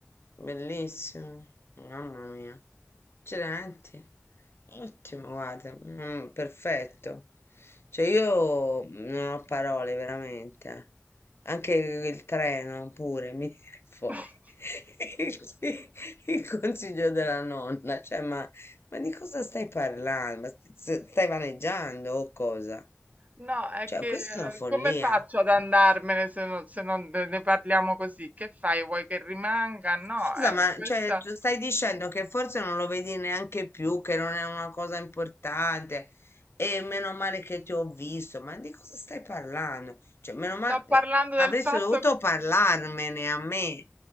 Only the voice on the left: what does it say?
bellissimo, mamma mia. Accidenti, ottimo, guarda, mm, perfetto. Cioè io non ho parole veramente. Anche il treno pure mi viene fuori
<laughs> il, il consiglio della nonna. Cioè, ma, ma di cosa stai parlando? Ma st- st- stai vaneggiando o cosa?
Cioè,
questa è una follia.
Scusa,
ma
cioè, tu stai dicendo che forse non lo vedi neanche più, che non è una cosa importante e meno male che ti ho visto, ma di cosa stai parlando? Cioè, meno male,
avresti
dovuto parlarmene a me